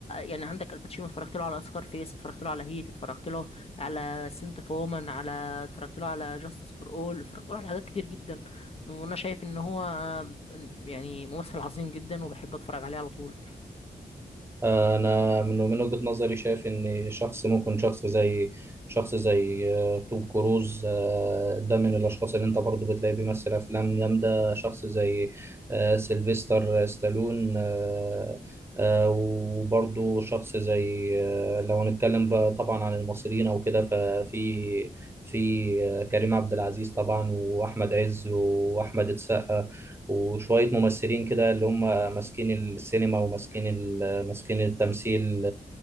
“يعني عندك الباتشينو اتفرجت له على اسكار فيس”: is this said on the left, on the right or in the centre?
Left